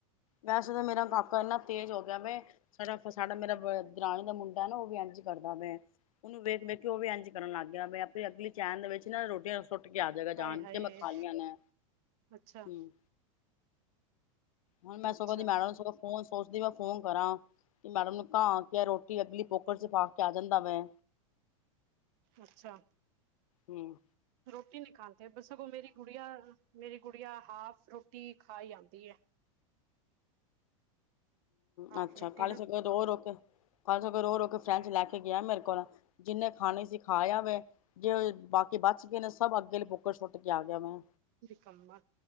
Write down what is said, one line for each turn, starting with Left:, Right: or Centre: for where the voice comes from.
Left: ਵੈਸੇ ਤੇ ਮੇਰਾ ਕਾਕਾ ਇਨਾ ਤੇਜ਼ ਹੋ ਗਿਆ ਵੇ ਸਾਡਾ, ਸਾਡਾ ਮੇਰਾ ਦਰਾਣੀ ਦਾ ਮੁੰਡਾ ਨਾ ਉਹ ਵੀ ਇੰਝ ਕਰਦਾ ਵੇ। ਉਹਨੂੰ ਵੇਖ, ਵੇੱਖ ਕੇ ਉਹ ਵੀ ਇੰਝ ਕਰਨ ਲੱਗ ਗਿਆ ਵੇ ਆਪਣੀ ਅਗਲੀ ਚੈਨ ਦੇ ਵਿੱਚ ਨਾ ਰੋਟੀਆਂ ਸੁੱਟ ਕੇ ਆ ਜਾਏਗਾ ਜਾਣ
Right: ਆਏ ਹਾਏ
Left: ਕੇ ਮੈਂ ਖਾ ਲਿਆ ਨੇ।
Right: ਅੱਛਾ
Left: ਹਮ ਹੁਣ ਮੈਂ ਸਗੋ
Right: ਅੱਛਾ
Left: ੳਦੀ ਮੈਡਮ ਨੂੰ ਸਗੋ ਫੋਨ ਸੋਚਦੀ ਮੈਂ ਫੋਨ ਕਰਾਂ ਕਿ ਮੈਡਮ ਨੂੰ ਕਾਂਹ ਕੇ ਰੋਟੀ ਅਗਲੀ ਪੋਕਟ ਚ ਪਾ ਕੇ ਆ ਜਾਂਦਾ ਵੇ।
Right: ਅੱਛਾ।
Left: ਹਮ
Right: ਰੋਟੀ ਨਹੀਂ ਖਾਦੇ ਸਗੋਂ ਮੇਰੀ ਗੁੜੀਆ ਮੇਰੀ ਗੂੜੀਆਂ ਹਾਫ ਰੋਟੀ ਖਾ ਜਾਂਦੀ ਹੈ ਹਾਫ
Left: ਹ
Right: ਰੋਟੀ
Left: ਕੱਲ
Right: ਨਾ
Left: ਸਗੋਂ ਰੋ ਰੋ ਕੇ ਕੱਲ ਸਗੋਂ ਰੋ ਰੋ ਕੇ ਉਹ ਰੋ ਕੇ ਫਰੈਂਚ ਲੈ ਕੇ ਗਿਆ ਮੇਰੇ ਕੋਲ ਜਿੰਨੇ ਖਾਣੇ ਖਾ ਆ ਵੈ ਜੇ ਬਾਕੀ ਬਚ ਗਏ ਨੇ ਸਭ ਅੱਗੇ ਬੁੱਕ ਸੁੱਟ ਕੇ ਆ ਗਿਆ ਮੈਂ
Right: ਨਿਕੱਮਾ